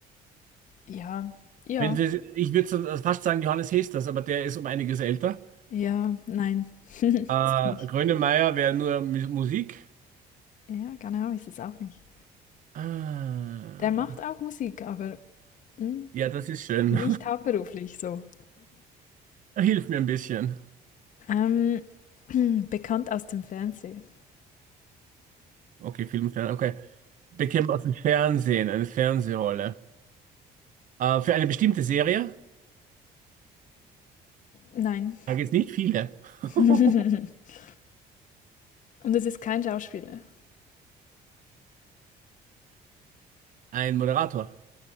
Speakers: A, on the left; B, on the right.
A: ja, ja,
B: Wenn Sie, ich würde fast sagen Johannes Hesters, aber der ist um einiges älter.
A: ja, nein. <laughs> Ist
B: Äh,
A: es nicht.
B: Grönemeyer wäre nur Mu- Musik.
A: Ja, genau, ist es auch nicht.
B: Ah,
A: Der macht auch Musik, aber hm,
B: ja, das ist schön.
A: nicht hauptberuflich so.
B: <laughs> Hilf mir ein bisschen.
A: Ähm, <clears throat> bekannt aus dem Fernsehen.
B: Okay, Film, Fern- okay. Beckham aus dem Fernsehen, eine Fernsehrolle. Äh, für eine bestimmte Serie?
A: Nein.
B: Da gibt es nicht viele. <laughs>
A: <laughs> Und es ist kein Schauspieler.
B: Ein Moderator.